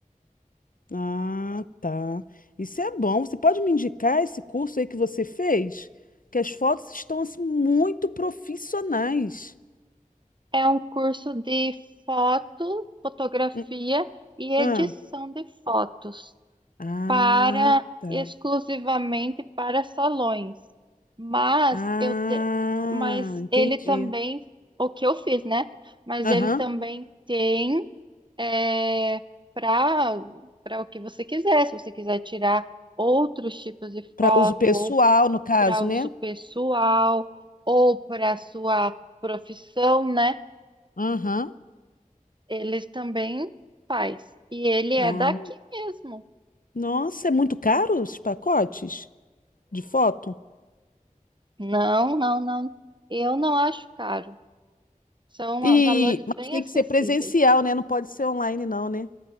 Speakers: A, on the left; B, on the right.
A: Ah, tá. Isso é bom. Você pode me indicar esse curso aí que você fez? Que as fotos estão assim muito profissionais.
B: É um curso de foto, fotografia
A: Hum,
B: e edição
A: Ah,
B: de fotos
A: ah,
B: para
A: tá.
B: exclusivamente para salões. Mas
A: ah,
B: eu te, mas
A: entendi.
B: ele também, o que eu fiz, né? Mas
A: Aham.
B: ele também tem é, para para o que você quiser. Se você quiser tirar outros tipos de
A: Para
B: foto
A: uso pessoal,
B: ou
A: no caso,
B: para uso
A: né?
B: pessoal ou para sua profissão, né?
A: Aham.
B: Ele também faz. E ele é
A: Ah,
B: daqui mesmo.
A: nossa, é muito caro esses pacotes de foto?
B: Não, não, não. Eu não acho caro. São
A: E,
B: ah, valores
A: mas
B: bem
A: tem
B: acessíveis.
A: que ser presencial, né? Não pode ser online, não, né?